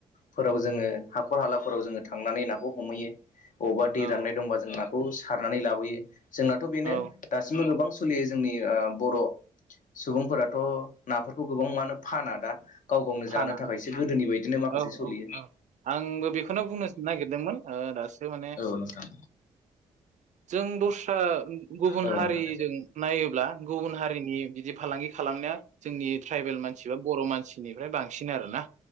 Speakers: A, on the left; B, on the right.
A: फोराव जोङो हाखर हालाफोराव जोङो थांनानै नाखौ हमहैयो। बबावबा दै
B: औ
A: राननाय दंबा जों नाखौ सारनानै लाबोयो जोंनाथ' बेनो
B: औ
A: दासिमबो गोबां सोलियो जोंनि ओ बर' सुबुंफोराथ' नाफोरखौ गोबां मानो फाना दा। गाव-गावनो
B: फाना
A: जानो थाखायसो गोदोनि बायदिनो माखासे
B: औ
A: सलियो।
B: औ औ आंबो बेखौनो बुंनो नागिरदोंमोन दासो माने
A: औ नोंथां
B: जों दस्रा गुबुन
A: औ
B: हारिजों
A: नोंथां
B: नायोब्ला गुबुन हारिनि बिदि फालांगि खालाम नाया जोंनि ट्राइबेल मानसि बा बर' मानसिनिफ्राय बांसिन आरोना